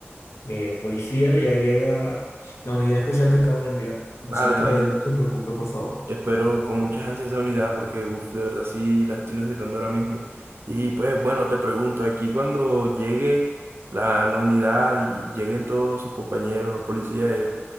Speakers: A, on the left; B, on the right.
A: de policía, ya llega la unidad especial que acabo de enviar.
B: Vale,
A: Así que
B: vale.
A: no se preocupe, por favor.
B: Espero con muchas ansias esa unidad porque, uff, de verdad sí la estoy necesitando ahora mismo. Y pues bueno, te pregunto, aquí cuando llegue la, la unidad y lleguen todos sus compañeros, los policías, eh,